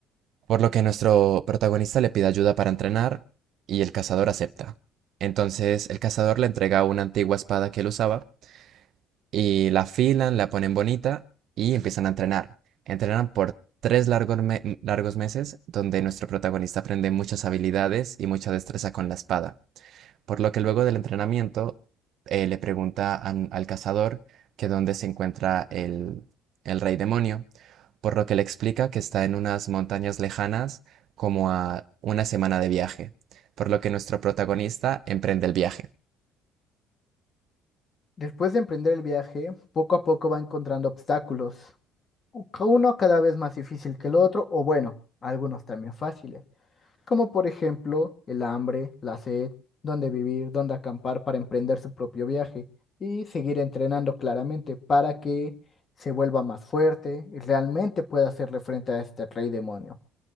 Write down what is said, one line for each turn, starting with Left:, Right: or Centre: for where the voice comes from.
Right: por lo que nuestro protagonista le pide ayuda para entrenar y el cazador acepta. Entonces, el cazador le entrega una antigua espada que él usaba y la afilan, la ponen bonita y empiezan a entrenar. Entrenan por tres largos, me- largos meses donde nuestro protagonista aprende muchas habilidades y mucha destreza con la espada por lo que luego del entrenamiento eh, le pregunta an- al cazador que dónde se encuentra el, el rey demonio, por lo que le explica que está en unas montañas lejanas como a una semana de viaje, por lo que nuestro protagonista emprende el viaje.
Left: Después de emprender el viaje, poco a poco va encontrando obstáculos, u- uno cada vez más difícil que el otro, o bueno, algunos también fáciles. como por ejemplo el hambre, la sed, dónde vivir, dónde acampar para emprender su propio viaje y seguir entrenando claramente para que se vuelva más fuerte y realmente pueda hacerle frente a este rey demonio.